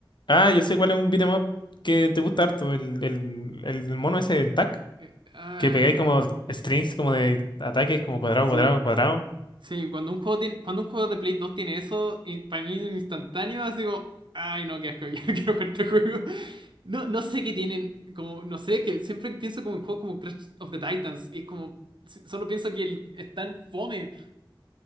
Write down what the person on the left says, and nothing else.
Ah, yo sé cuál es un beat'em up que te gusta harto, el, el, el mono ese, el tac,
que pegáis como strings como de ataques, como cuadrado,
cuadrado, cuadrado.